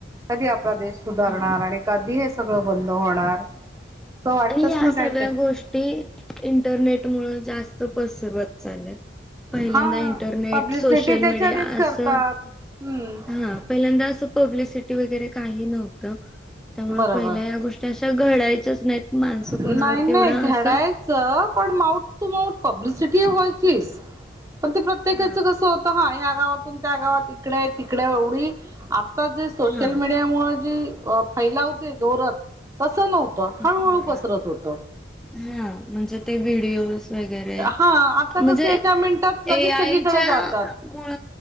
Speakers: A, on the right; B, in the centre.
A: कधी आपला देश सुधारणार
B: हा
A: आणि कधी हे सगळं बंद होणार. असं वाटतच
B: आणि हया
A: ना काहीतरी
B: सगळ्या गोष्टी इंटरनेट मुळ जास्त पसरवत चालयांत पहिल्यांदा
A: हा
B: इंटरनेट
A: पब्लिसिटी
B: सोशल
A: त्याच्यानेच
B: मीडिया
A: करतात
B: असं
A: हम्म
B: हा पहिल्यांदा असं पब्लिसिटी वैगरे काही नव्हत त्यामुळे
A: बरोबर
B: पहिल्या हया गोष्टी आश घडायचाच नाहीत माणसं
A: नाही
B: कोणावर
A: नाही
B: तेवढं
A: घडायचं
B: असं
A: पण माऊट टू माऊट पब्लिसिटी व्हाय पण ते प्रत्येकाच
B: हा
A: कस होत हा गावातून त्या गावात इकडे तिकडे एवढी आता जे सोशल
B: हा
A: मीडिया मुळ जी अ फैलावते जोरत तसं नव्हतं
B: जोरात
A: हळूहळू पसरत होत.
B: हा म्हणजे ते व्हडिओज वगैरे
A: हा आता
B: म्हणजे
A: कसं एका मिनिटात लगेच
B: ए
A: सगळीकडे
B: आय
A: जातात
B: मुळ